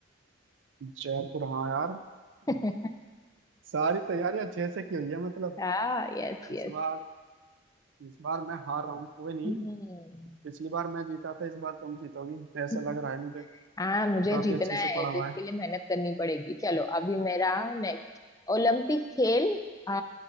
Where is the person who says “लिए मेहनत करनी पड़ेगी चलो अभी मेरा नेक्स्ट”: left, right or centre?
Left